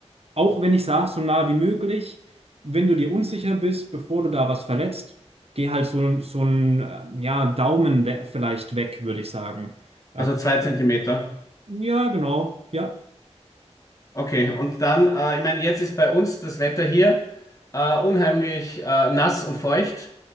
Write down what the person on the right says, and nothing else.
auch wenn ich sage, so nah wie möglich, wenn du dir unsicher bist, bevor du da was verletzt, geh halt so, so ein äh, ja, Daumen we vielleicht weg, würde ich sagen. Äh,
ja, genau, ja,